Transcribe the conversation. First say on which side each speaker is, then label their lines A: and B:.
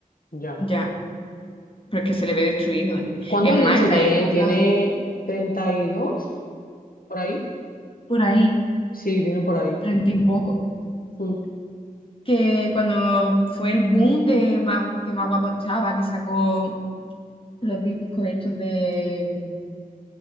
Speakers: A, on the left; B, on the left.
A: Ya.
B: Ya, pero es que se le ve destruido, ¿eh?
A: ¿Cuántos
B: Es
A: años
B: más,
A: tiene
B: en la época,
A: él? ¿Tiene treinta y dos ¿Por ahí?
B: por ahí,
A: Sí, tiene por ahí.
B: treinta y poco,
A: Mm.
B: que cuando fue el boom de Ma- que Más Guapo Estaba, que sacó los discos estos de...